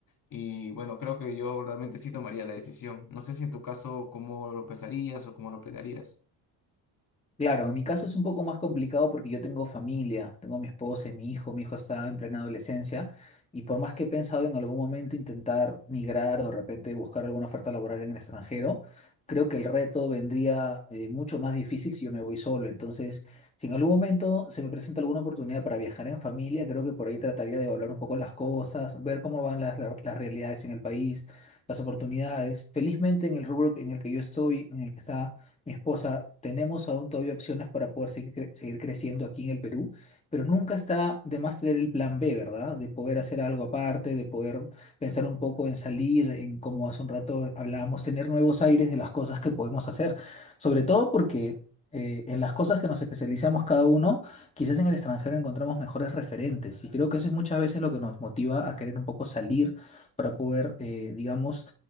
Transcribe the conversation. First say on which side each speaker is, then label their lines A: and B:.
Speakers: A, on the left (about 50°); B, on the left (about 15°).
A: Y bueno, creo que yo realmente sí tomaría la decisión. No sé si en tu caso cómo lo pensarías o cómo lo planearías.
B: Claro, en mi caso es un poco más complicado porque yo tengo familia, tengo mi esposa y mi hijo, mi hijo está en plena adolescencia y por más que he pensado en algún momento intentar migrar o de repente buscar alguna oferta laboral en el extranjero, creo que el reto vendría eh, mucho más difícil si yo me voy solo. Entonces, si en algún momento se me presenta alguna oportunidad para viajar en familia, creo que por ahí trataría de evaluar un poco las cosas, ver cómo van las, las las realidades en el país, las oportunidades. Felizmente en el rubro en el que yo estoy, en el que está mi esposa, tenemos aún todavía opciones para poder seguir, cre- seguir creciendo aquí en el Perú, pero nunca está de más tener el plan B, ¿verdad? De poder hacer algo aparte, de poder pensar un poco en salir, en como hace un rato hablábamos, tener nuevos aires de las cosas que podemos hacer, sobre todo porque... eh, en las cosas que nos especializamos cada uno, quizás en el extranjero encontramos mejores referentes y creo que eso es muchas veces lo que nos motiva a querer un poco salir para poder, eh, digamos,